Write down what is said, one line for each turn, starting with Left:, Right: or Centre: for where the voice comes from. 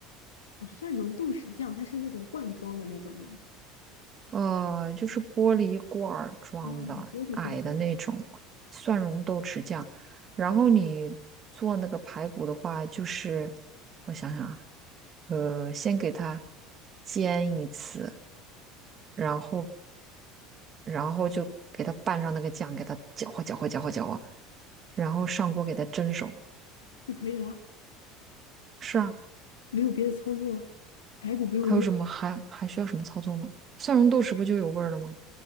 Left: 有蒜蓉豆豉酱，它是那种罐装的那种吗？
Right: 呃，就是玻璃罐儿装的，
Left: 哦，玻璃罐装
Right: 矮的那种蒜蓉豆豉酱。然后你做那个排骨的话，就是我想想啊，呃，先给它煎一次，然后然后就给它拌上那个酱，给它搅和搅和搅和搅和，然后上锅给它蒸熟。
Left: 就可以啦，
Right: 是啊，
Left: 没有别的操作。排骨不用腌，
Right: 还有什么还还需要什么操作吗？蒜蓉豆豉不就有味儿了吗？